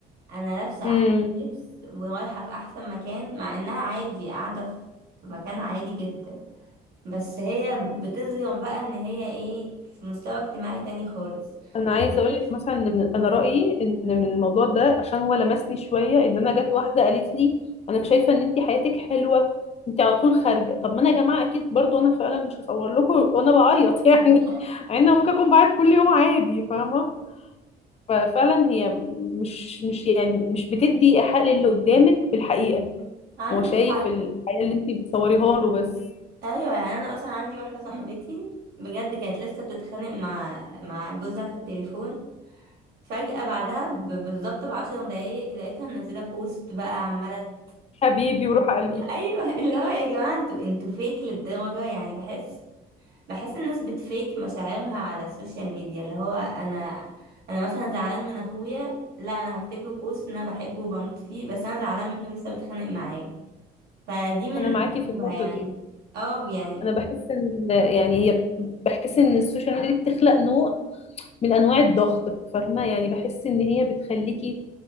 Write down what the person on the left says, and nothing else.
امم
انا عايزه
اقول لك مثلا ان من- انا رايي ان
من الموضوع ده عشان هو لمسني شويه ان انا جت واحده قالت لي انا شايفه ان انت حياتك حلوه انت على طول خارجه طب ما انا يا جماعه اكيد برضو انا فعلا مش هصور لكم وانا بعيط <laughs> يعني
انا ممكن اكون بعيط كل يوم عادي فاهمه ففعلا هي مش مش يعني مش بتدي حق للي قدامك في الحقيقه
هو شايف
الحياه اللي انت بتصوريها له بس
حبيبي وروح قلبي
انا معاكي في
النقطه
دي
انا بحس ان يعني هي بحس ان السوشيال ميديا دي بتخلق نوع من انواع الضغط فاهمه يعني بحس ان هي بتخليكي